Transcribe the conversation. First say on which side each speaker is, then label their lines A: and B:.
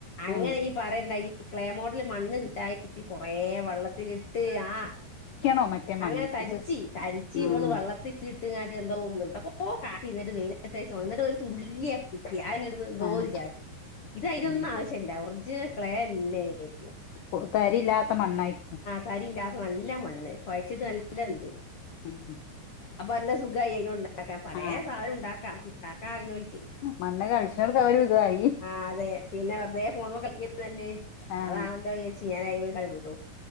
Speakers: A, on the left; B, on the left.
A: അങ്ങനെ
B: ഉം
A: ഇയ്യ് പറയണ്ട ഈ ക്ലേ മോഡല് മണ്ണ് കിട്ടായ് മാറ്റി കൊറേ വള്ളത്തിലിട്ട് ആഹ്
B: ക്ക്യാണോ മറ്റേ
A: അങ്ങനെ
B: മണ്ണ്
A: തര്ച്ച്
B: ഇത്
A: തരിച്ച് ഇവള്
B: ആഹ്
A: വെള്ളത്ത്ലിട്ട്ങ്ങാണ്ട് എന്തോ എന്തൊക്കോ കാ ട്ടി ഇന്നട്ട് വെയ്ലത്ത് വെച്ചോണ് ഇന്നട്ടൊര് തുള്ളിയാ കിട്ടി അതനെണ്ട് അത്‌ എന്തോ
B: ആഹ്
A: ഒര് ജാതി ഇത് അയ്നൊന്ന്
B: ഉം
A: ആവശ്യല്ല ഒർജിനൽ ക്ലെ തന്നെ ഏയ്നിക്കേയ്ക്ക്യു
B: പ്പൊ തരില്ലാത്ത മണ്ണായ്ര്ക്കും
A: തരി ഇല്ലാത്ത നല്ല മണ്ണ് കൊഴച്ച്ട്ട് നല്ലത്ണ്ട്
B: ഉം ഉം
A: അപ്പൊ നല്ല സുഖമായി അയിന്നോണ്ട് ഇണ്ടാക്കാൻ പലേ
B: ആഹ്
A: സാധനം ഇണ്ടാക്ക ഇണ്ടാക്കാൻ അറീണോൽക്കേയ്.
B: മണ്ണ് കളിച്ചോർക്ക് അവര് ഇതായി
A: ആഹ് അതെ പിന്നെ വെർതെ ഫോണ്മ്മെ കളിക്ക്ണക്കാട്ടിലും നല്ലെഹ്
B: ആഹ്
A: അതാണല്ലോ വിചാരിച്ച് ഞാൻ അയ്മ്മെക്ക് ആണ്ട് വിടും